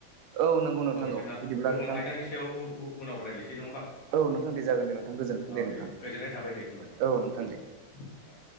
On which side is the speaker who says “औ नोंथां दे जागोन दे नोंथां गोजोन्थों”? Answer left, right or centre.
Right